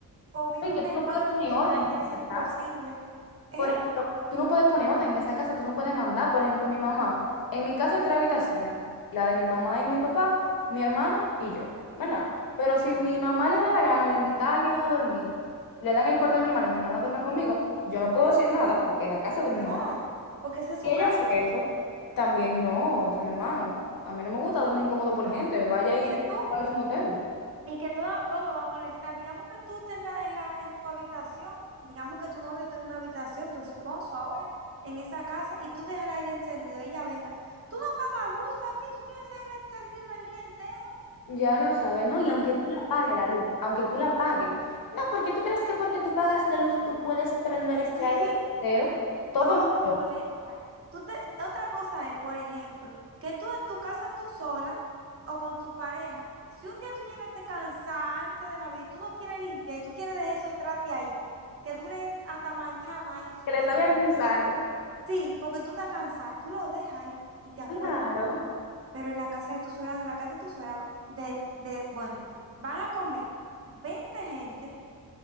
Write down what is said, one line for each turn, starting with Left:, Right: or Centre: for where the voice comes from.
Right: o vive
Left: Y
Right: una
Left: que tú
Right: hermana
Left: no puedes poner
Right: que
Left: orden
Right: te la quieras
Left: en esa
Right: imposible.
Left: casa.
Right: ¿Eh?
Left: Por ejemplo, tú no puedes poner orden en esa casa, tú no puedes mandar. Por ejemplo, mi mamá. En mi casa hay tres habitaciones, la de mi mamá y mi papá, mi hermana y yo, ¿verdad? Pero si mi mamá le da la gana de invitar a alguien a dormir, le dan el cuarto de mi hermana y mi hermana duerme conmigo, yo no puedo decir nada porque es la casa de mi
Right: No,
Left: mamá.
Right: porque esa es su
Left: Si ella
Right: casa.
Left: hace eso, también no, o sea, mi hermano, a mí no me gusta dormir incómodo por gente, vaya
Right: Y
Left: y
Right: que tú
Left: pague un hotel.
Right: Y que todo, todo va a molestar. Digamos que tú te en la, en la, en tu habitación, digamos que tu novio tenga una habitación, tu esposo ahora, en esa casa, y tú dejas el aire encendido, ella venga. Tú no pagas luz aquí, tú tienes aire encendido el día entero.
Left: Ya lo sabe, ¿no? Y aunque
Right: Todo
Left: tú la
Right: molesta.
Left: pagues la luz, aunque tú la pagues, no, porque tú crees que porque tú pagas la luz tú puedes prender este
Right: <laughs>
Left: aire entero, todo
Right: Todo
Left: malo,
Right: molesta. Tú te, otra cosa es, por ejemplo, que tú en tu casa tú sola o con tu pareja, si un día tú llegaste cansarte de la vida y tú no quieres limpiar y tú quieres dejar esos trate ahí, que duren hasta mañana ahí sucio,
Left: que le salga al gusano.
Right: Sí, porque tú te cansas, tú lo dejas ahí y te acuestas.
Left: Claro,
Right: Pero en la casa de tu suegra, no, en la casa de tu suegra, de, de, bueno, van a comer 20 gente